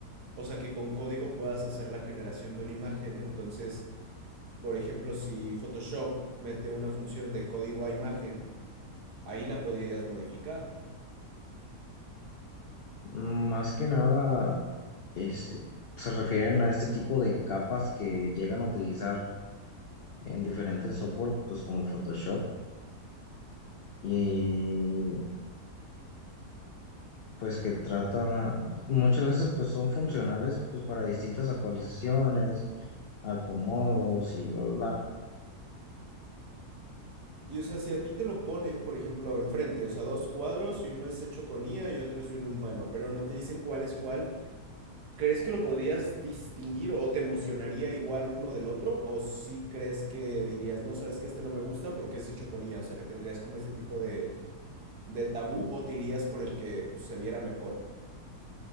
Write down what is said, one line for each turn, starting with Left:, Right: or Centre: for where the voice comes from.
Right: O sea, que con código puedas hacer la generación de una imagen. Entonces, por ejemplo, si Photoshop mete una función de código a imagen, ahí la podrías modificar.
Left: Más que nada, este, se refieren a este tipo de capas que llegan a utilizar en diferentes software, pues como Photoshop. Y pues que trata, muchas veces pues son funcionales pues para distintas actualizaciones, acomodos y bla, bla. bla.
Right: Y o sea, si a ti te lo ponen, por ejemplo, enfrente, o sea, dos cuadros y uno es hecho con IA y otro es de un humano, pero no te dicen cuál es cuál. ¿Crees que lo podrías distinguir o te emocionaría igual uno del otro? ¿O sí crees que dirías, no, sabes que este no me gusta porque es de choconía? O sea, que tendrías como ese tipo de, de tabú o te irías por el que pues, se viera mejor.